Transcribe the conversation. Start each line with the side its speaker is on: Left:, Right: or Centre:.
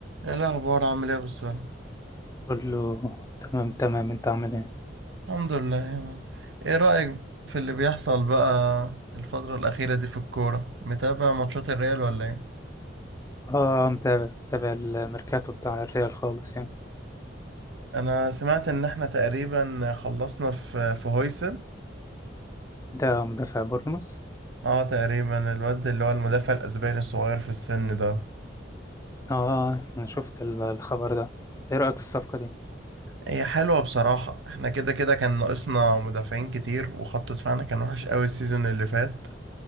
Right: ايه الاخبار عامل ايه يا أبو السلام
Left: كله تمام تمام انت عامل ايه؟
Right: الحمد لله يا مان ايه رايك في اللي بيحصل بقى الفتره الاخيره دي في الكوره متابع ماتشات الريال ولا ايه
Left: اه متابع متابع الميركاتو بتاع الريال خالص يعني
Right: انا سمعت ان احنا تقريبا خلصنا في في هويسن
Left: ده مدافع بورنموث
Right: اه تقريبا الواد اللي هو المدافع الاسباني الصغير في السن ده
Left: اه انا شفت ال- الخبر ده ايه رأيك في الصفقة دي؟
Right: هي حلوه بصراحه احنا كده كده كان ناقصنا مدافعين كتير وخط دفاعنا كان وحش قوي السيزون اللي فات